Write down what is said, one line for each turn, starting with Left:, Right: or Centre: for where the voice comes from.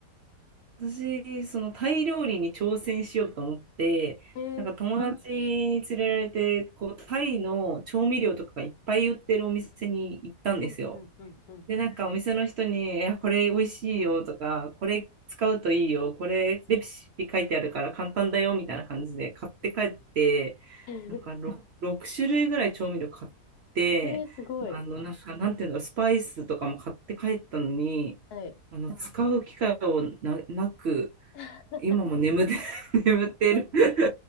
Right: 私、そのタイ料理に挑戦しようと思って、
Left: えー、
Right: なんか友達に連れられて、こう、タイの調味料とかがいっぱい売ってるお店に行ったんですよ。
Left: うん、うん、うん、うん。
Right: で、なんかお店の人に、え、これ美味しいよとか、これ使うといいよ、これレシピ書いてあるから簡単だよみたいな感じで買って帰って、
Left: <laughs> え
Right: なんか 6, 種類ぐらい調味料買って、
Left: ー、すごい。
Right: あの、なんか、なんていうの、スパイスとかも買って帰ったのに、
Left: はい。
Right: あの、使う機会をな、なく、
Left: <laughs>
Right: 今も眠って、<laughs> 眠ってる。<laughs>